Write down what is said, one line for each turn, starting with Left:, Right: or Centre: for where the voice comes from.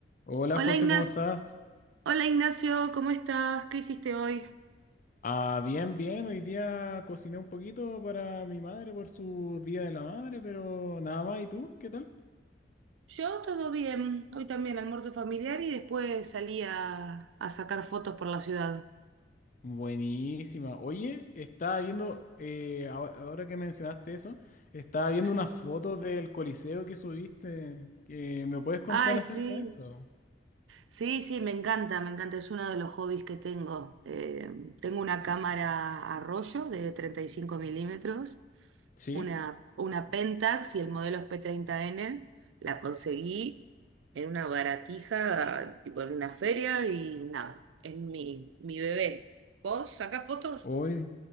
Left: Hola
Right: Hola
Left: José,
Right: Ignacio,
Left: ¿cómo estás?
Right: hola Ignacio, ¿cómo estás? ¿Qué hiciste hoy?
Left: Ah, bien, bien. Hoy día cociné un poquito para mi madre por su Día de la Madre, pero nada más. ¿Y tú? ¿Qué tal?
Right: Yo todo bien, hoy también almuerzo familiar y después salí a, a sacar fotos por la ciudad.
Left: Buenísima. Oye, estaba viendo, eh, aho- ahora que mencionaste eso, estaba viendo
Right: Sí.
Left: unas fotos del Coliseo que subiste. que ¿Me puedes contar
Right: Ay,
Left: acerca
Right: sí,
Left: de eso?
Right: sí, sí, me encanta, me encanta, es uno de los hobbies que tengo. Eh, tengo una cámara a rollo de treinta y cinco milímetros
Left: Sí.
Right: una, una Pentax y el modelo es p treinta n La conseguí en una baratija, tipo en una feria y nada, es mi, mi bebé. ¿Vos sacás fotos?
Left: Oye,